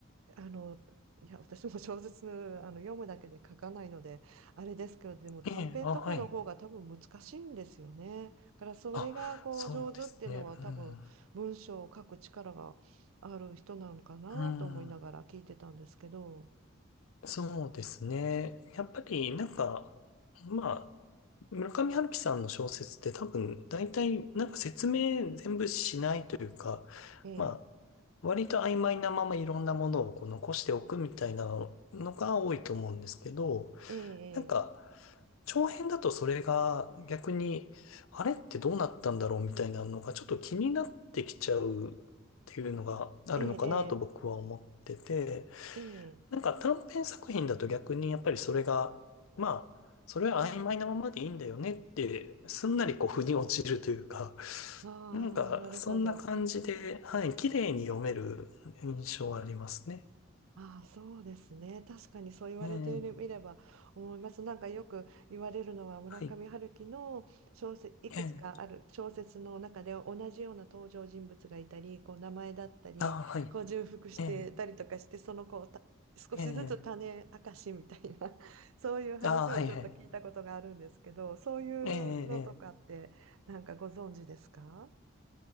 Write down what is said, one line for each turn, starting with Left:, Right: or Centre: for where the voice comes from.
Right: あのいや私も小説あの読むだけで書かないのであれですけどでも短編とかの方が多分難しいんですよね。
Left: ええ、あ、はい。
Right: だからそれがこう上手っていうのは多分文章を書く力がある人なのかなと思いながら聞いてたんですけど。
Left: あ、そうですね。うん。うん。そうですね。やっぱり、なんか、まあ、村上春樹さんの小説って多分、大体、なんか説明全部しないというか、
Right: ええ
Left: まあ、割と曖昧なままいろんなものをこう残しておくみたいなのが多いと思うんですけど、
Right: ええ
Left: なんか、長編だとそれが逆に、あれってどうなったんだろうみたいなのがちょっと気になってきちゃうっていうのがあるのかなと僕は思ってて、
Right: ええええええ
Left: なんか短編作品だと逆にやっぱりそれが、まあ、それは曖昧なままでいいんだよねって、すんなりこう腑に落ちるというか、
Right: ああなるほど。
Left: なんかそんな感じで、はい、綺麗に読める印象はありますね。
Right: ああ、そうですね。確かにそう言われてみれば思います。
Left: ええ、
Right: なんかよく言われるのは村上春樹の小説、
Left: はい、
Right: いくつかある小説の中で同じような登場人物がいたり、
Left: ええ、
Right: こう名前だったり、
Left: ああ、はい、
Right: こう重複してたりとかして、
Left: ええ、
Right: そのこうた少しずつ種明かしみたいな、
Left: ええ、
Right: <laughs> そういう話もちょっと聞いたことがあるんですけど、
Left: ああ、はい、はい、
Right: そういうのとかってなんかご存知ですか
Left: ええ、え